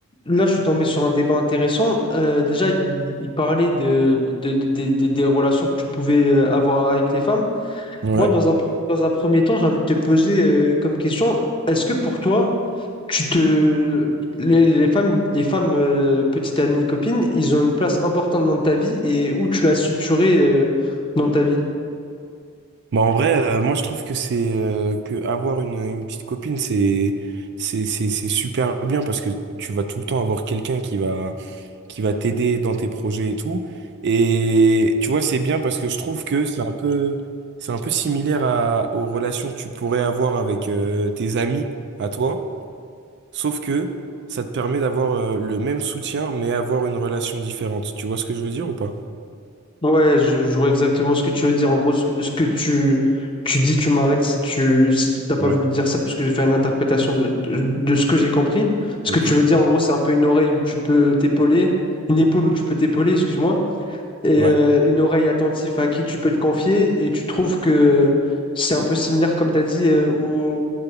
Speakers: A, on the left; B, on the right.
A: Là, je suis tombé sur un débat intéressant. Euh, déjà, il, il parlait de, de- de- de- de- des relations que tu pouvais euh, avoir avec les femmes.
B: Ouais.
A: Moi, dans un, pr- dans un premier temps, j'ai envie de te poser euh, comme question, est-ce que pour toi, tu te... les, les femmes, les femmes euh, petites amies, copines, ils ont une place importante dans ta vie et où tu l'as suturée euh, dans ta vie?
B: Bah en vrai, euh, moi je trouve que c'est euh, que avoir une, une petite copine, c'est c'est c'est c'est super bien parce que tu vas tout le temps avoir quelqu'un qui va qui va t'aider dans tes projets et tout. Et tu vois, c'est bien parce que je trouve que c'est un peu c'est un peu similaire à, aux relations que tu pourrais avoir avec euh, tes amis à toi, sauf que ça te permet d'avoir euh, le même soutien mais avoir une relation différente. Tu vois ce que je veux dire ou pas?
A: Ouais, je, je vois exactement ce que tu veux dire. En gros, ce, que ce que tu, tu dis, tu m'arrêtes si tu si t'as
B: Ouais.
A: pas voulu dire ça, parce que j'ai fait une interprétation de, de, de ce que j'ai compris. Ce
B: Ok.
A: que tu veux dire, en gros, c'est un peu une oreille où tu peux t'épauler, une épaule où tu peux t'épauler, excuse-moi, et
B: Ouais.
A: euh, une oreille attentive à qui tu peux te confier. Et tu trouves que c'est un peu similaire, comme tu as dit, euh, au-